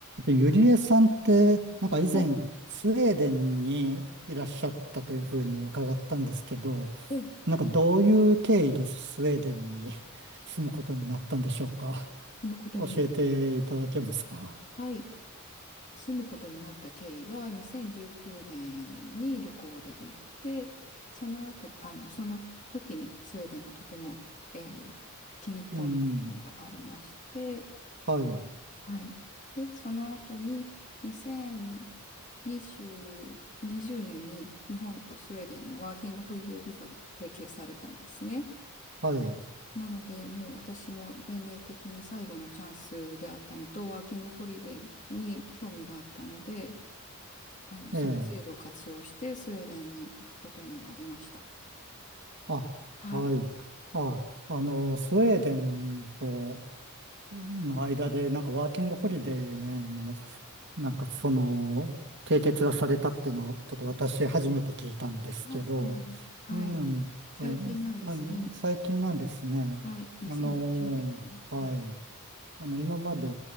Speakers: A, on the right; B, on the left.
A: でゆりえさんって、なんか以前、
B: はい。
A: スウェーデンにいらっしゃったというふうに伺ったんですけど、
B: で、
A: なんかどういう経緯でスウェーデンに <laughs> 住むことになったんでしょうか。
B: 住むことにな、
A: 教えていただけますか。
B: はい。住むことになった経緯は、2019年に旅行で行って、その後、あの、その時にスウェーデンがとても、えー気に入ったっていうのがありまして、
A: うん。はい。
B: はい。で、その後に2020、20年に日本とスウェーデンのワーキングホリデービザが提携されたんですね。
A: はい。
B: なので、もう私も年齢的に最後のチャンスであったのと、ワーキングホリデーに興味があったので、あの、
A: ええ。
B: その制度を活用してスウェーデンに行くことになりました。
A: あ、
B: はい。
A: はい。あ、あの、スウェーデンとの間で、なんかワーキングホリデーのなんかその、締結がされたっていうのを、ちょっと私初めて聞いたんですけど、
B: あ、そうなんです。はい。
A: うん、
B: 最近なんですね。
A: え、あの最近なんですね。
B: はい。2020年かな。
A: あの、はい。
B: はい。
A: あの、今まで、